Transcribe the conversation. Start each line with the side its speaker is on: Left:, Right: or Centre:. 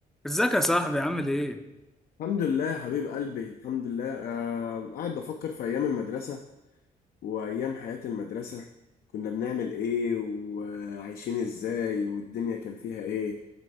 Centre: ازيك يا صاحبي عامل ايه؟
Left: الحمد لله يا حبيب قلبي الحمد لله آه قاعد بفكر في أيام المدرسة وأيام حياة المدرسة كنا بنعمل إيه وعايشين إزاي والدنيا كان فيها إيه